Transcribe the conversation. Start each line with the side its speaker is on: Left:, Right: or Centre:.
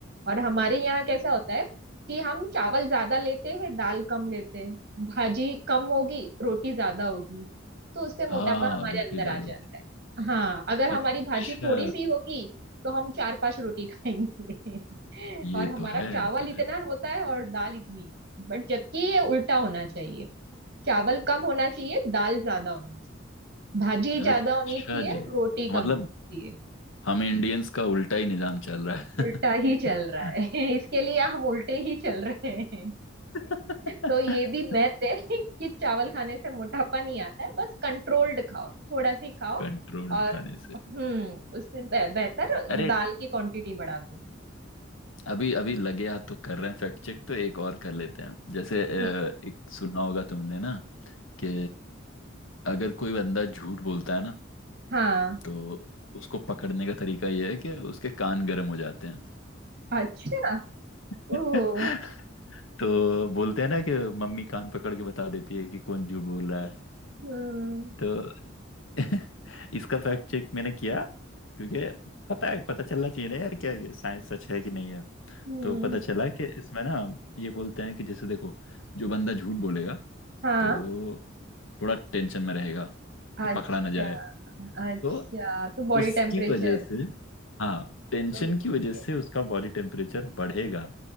Right: और हमारे यहाँ कैसा होता है कि हम चावल ज्यादा लेते हैं दाल कम लेते हैं भाजी कम होगी रोटी ज्यादा होगी तो उससे मोटापा
Left: हाँ
Right: हमारे
Left: रोटी
Right: अंदर
Left: ज्यादा
Right: आ जाता
Left: होती
Right: है हाँ अगर
Left: अच्छा
Right: हमारी भाजी थोड़ी सी होगी तो हम चार पांच रोटी खाएंगे <laughs>
Left: ये
Right: और हमारा
Left: तो है
Right: चावल
Left: ये तो
Right: इतना
Left: है
Right: होता है और दाल इतनी बट जबकि ये उल्टा होना चाहिए चावल कम होना चाहिए दाल ज्यादा होनी चाहिए भाजी ज्यादा
Left: अच्छा
Right: होनी चाहिए
Left: जी
Right: रोटी कम
Left: मतलब
Right: होनी चाहिए
Left: हम इंडियंस का उल्टा ही निजाम चल रहा
Right: उल्टा ही चल रहा
Left: है
Right: है <laughs> इसके लिए हम उल्टे ही चल रहे
Left: <laughs>
Right: तो ये भी मैथ है <laughs> कि चावल खाने से मोटापा नहीं आता है बस कंट्रोल्ड खाओ थोड़ा सी खाओ
Left: कंट्रोल्ड
Right: और
Left: खाने से
Right: हम्म उससे बे- बेहतर
Left: अरे
Right: दाल की क्वांटिटी बढ़ा दो
Left: अभी अभी लगे हाथ तो कर रहे हैं फैक्ट चेक तो एक और कर लेते हैं जैसे अ,
Right: हम्म,
Left: एक सुना होगा तुमने ना कि अगर कोई बंदा झूठ बोलता है ना
Right: हाँ
Left: तो उसको पकड़ने का तरीका यह है कि उसके कान गर्म हो जाते हैं
Right: अच्छा
Left: <laughs>
Right: ओह
Left: तो बोलते हैं ना कि मम्मी कान पकड़ के बता देती है कि कौन झूठ बोल रहा है।
Right: हम्म
Left: तो <laughs> इसका फैक्ट चेक मैंने किया क्योंकि पता है पता चलना चाहिए ना यार क्या ये साइंस सच है कि नहीं है
Right: हम्म
Left: तो पता चला कि इसमें ना ये बोलते हैं कि जैसे देखो जो बंदा झूठ बोलेगा
Right: हाँ
Left: तो थोड़ा टेंशन में रहेगा कि
Right: अच्छा
Left: पकड़ा ना जाए
Right: अच्छा
Left: तो
Right: तो बॉडी
Left: उसकी
Right: टेम्परेचर
Left: वजह से हाँ टेंशन
Right: ओके
Left: की वजह से उसका बॉडी टेम्परेचर बढ़ेगा